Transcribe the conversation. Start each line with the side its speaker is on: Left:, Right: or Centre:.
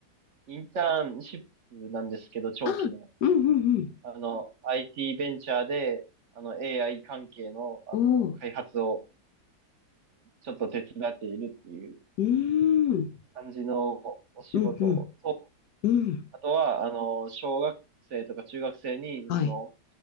Right: インターンシップなんですけど、長期の。
Left: あ、うんうん
Right: あの、IT ベンチャーで、あの、AI 関係の、あの、
Left: うん。おお。
Right: 開発をちょっと手伝っているっていう
Left: うーん。
Right: 感じのお仕事と、
Left: うんうんうん。
Right: あとは、あの、小学生とか中学生に、
Left: はい。
Right: その、